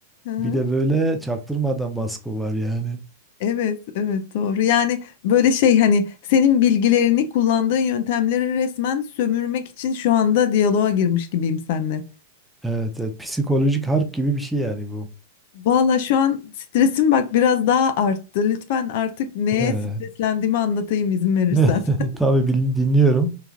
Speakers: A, on the left; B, in the centre.
A: hı.
B: Bir de böyle çaktırmadan baskı var yani.
A: Evet, evet doğru. Yani böyle şey hani senin bilgilerini kullandığın yöntemleri resmen sömürmek için şu anda diyaloğa girmiş gibiyim seninle.
B: Evet, evet psikolojik harp gibi bir şey yani bu.
A: Valla şu an stresim bak biraz daha arttı. Lütfen artık neye
B: Evet.
A: streslendiğimi anlatayım izin verirsen.
B: <laughs> Tabii bil- dinliyorum.